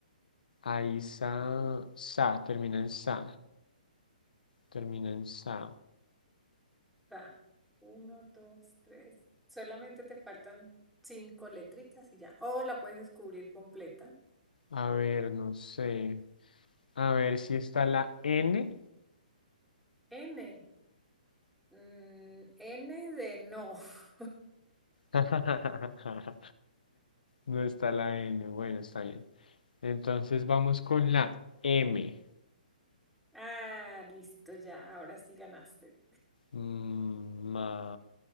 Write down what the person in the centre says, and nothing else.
está uno, dos, tres. Solamente te faltan cinco letricas y ya. O la puedes descubrir completa.
N. Mm, N de no. <laughs>
Ah, listo, ya. Ahora sí ganaste.